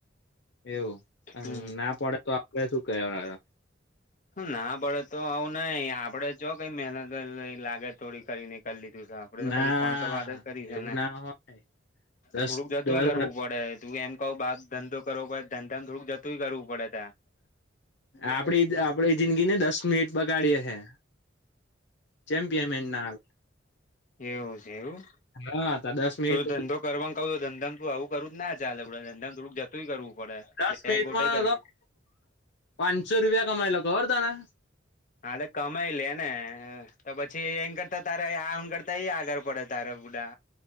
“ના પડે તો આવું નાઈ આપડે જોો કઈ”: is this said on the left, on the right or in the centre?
Left